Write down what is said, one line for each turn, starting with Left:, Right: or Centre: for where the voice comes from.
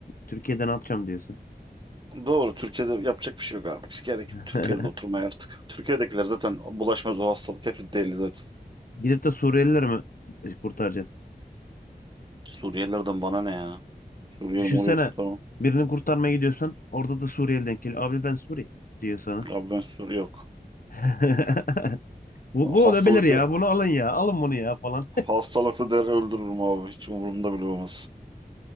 Left: Türkiye'de ne yapacağım diyorsun.
Right: doğru Türkiye'de yapacak bir şey yok abi. Hiç gerek
Left: <laughs>
Right: yok Türkiye'de oturmaya artık. Türkiye'dekiler zaten bulaşmaz o hastalık. Hepsi deli zaten.
Left: Gidip de Suriyelileri mi kurtaracaksın?
Right: Suriyelilerden bana ne ya? Suriyeli
Left: Düşünsene
Right: Muriyeli kurtarmam.
Left: birini kurtarmaya gidiyorsan orada da Suriyeli denk geliyor. Abi ben Suri diyor sana.
Right: Abi ben Suriye yok.
Left: <laughs> Bu, bu
Right: Hastalıklı,
Left: olabilir ya. Bunu alın ya. Alın bunu ya falan.
Right: hastalıklı der öldürürüm abi. Hiç umurumda bile olmaz.